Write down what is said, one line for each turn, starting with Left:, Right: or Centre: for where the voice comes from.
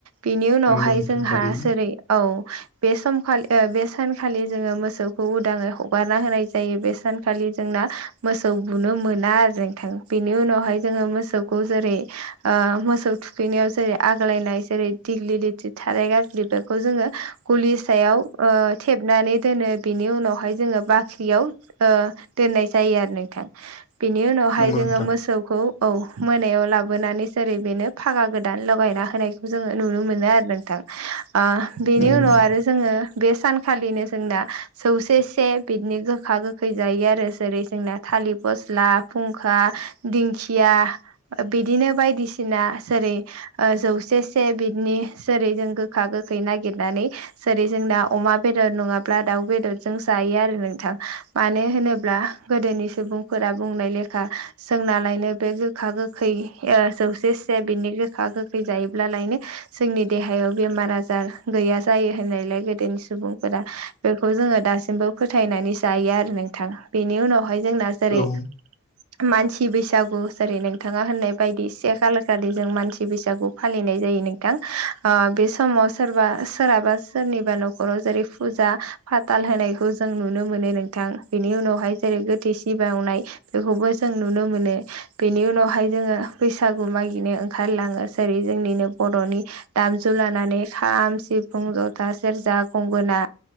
Right: बेनि उनावहाय
Left: नंगौ नोंथां
Right: जोंहा
Left: थारैनो
Right: जेरै औ बे समखालि बे सानखालि जोङो मोसौखौ उदाङै हगारना होनाय जायो बे सानखालि जोंना मोसौ बुनो मोना आरो जों थां बेनि उनावहाय जोङो मोसौखौ जेरै मोसौ थुखैनायाव जेरै आग्लायनाय जेरै दिग्लि लिथि थाराय गाज्लि बेखौ जोङो गुलि सायाव थेबनानै दोनो बेनि उनावहाय जोङो बाख्रियाव दोननाय जायो आरो नोंथां बिनि उनावहाय
Left: नंगौ
Right: जोङो
Left: नोंथां
Right: मोसौखौ औ मोनायाव लाबोनानै जेरै बेनो फागा गोदान लगायना होनायखौ जोङो नुनो मोनो आरो नोंथां बेनि
Left: नंगौ
Right: उनाव आरो जोङो बे सानखालिनो जोंना जौसे से बिदिनो गोखा गोखै जायो आरो जेरै जोंना थालिर फस्ला फुंखा दिंखिया बिदिनो बायदिसिना जेरै जौसे से बिदनि जेरै जों गोखा गोखै नागिरनानै जेरै जों दा अमा बेदर नङा ला दाउ बेदरजों जायो आरो नोंथां मानो होनोब्ला गोदोनि सुबुं फोरा बुंनाय लेखा जोंनालायनो बे गोखा गोखै जौसेसे बिनि गोखा गोखै जायोब्लालायनो जोंनि देहायाव बेमार आजार गैया जायो होननायलाय गोदोनि सुबुंफोरा बेखौ जोङो दासिमबो फोथायनानै जायो आरो नोंथां बेनि उनावहाय जोंना जेरै
Left: औ
Right: मानसि बैसागु जेरै नोंथाङा होननाय बायदि एसे खालार खालि जों मानसि बैसागु फालिनाय जायो नोंथां बे समाव सोरबा सोरहाबा सोरनिबा न'खराव जेरै फुजा फाथाल होनायखौ जों नुनो मोनो नोंथां बेनि उनावहाय जेरै गोथै सि बावनाय बेखौबो जों नुनो मोनो बेनि उनावहाय जोङो बैसागु मागिनो ओंखारलाङो जेरै जोंनिनो बर'नि दामजु लानानै खाम सिफुं जथा सेरजा गंगोना